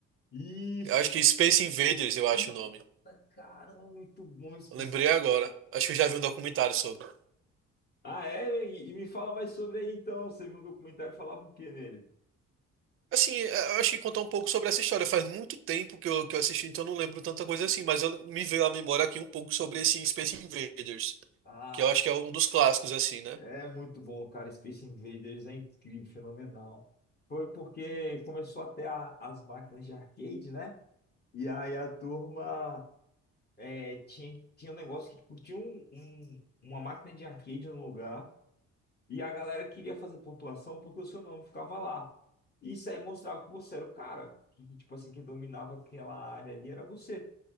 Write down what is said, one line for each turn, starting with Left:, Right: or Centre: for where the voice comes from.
Left: Isso!
Right: Eu acho que Space Invaders, eu acho
Left: Eita,
Right: o nome.
Left: cara, muito bom esse
Right: Eu
Left: PC.
Right: lembrei agora. Acho que eu já vi um documentário sobre.
Left: Ah, é? E, e me fala mais sobre aí então. Você viu um documentário e falava o quê nele?
Right: Assim, é, eu acho que contar um pouco sobre essa história. Faz muito tempo que eu, que eu assisti, então eu não lembro tanta coisa assim, mas eu, me veio à memória aqui um pouco sobre esse Space Invaders,
Left: Ah,
Right: que eu acho que é um dos clássicos assim, né?
Left: É muito bom, cara. Space Invaders é incrível, fenomenal. Foi porque começou até as máquinas de arcade, né? E aí a turma é, tinha, tinha um negócio que tipo, tinha um, um- uma máquina de arcade no lugar e a galera queria fazer pontuação porque o seu nome ficava lá. E isso aí mostrava que você era o cara. Que, tipo assim, que dominava aquela área ali era você.